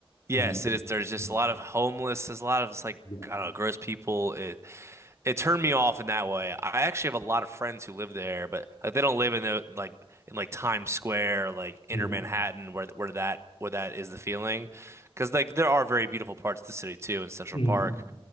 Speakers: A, on the right; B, on the left.
A: Yes,
B: And that's it.
A: it is. There's just
B: Mm,
A: a lot of homeless. There's a lot of it's like
B: Yeah.
A: I don't know, gross people. It it turned me off in that way. I actually have a lot of friends who live there, but like they don't live in the like in like Times Square, or, like inner
B: Yeah.
A: Manhattan, where where that where that is the feeling. Because like there are very beautiful parts of the city too in Central
B: Mm.
A: Park,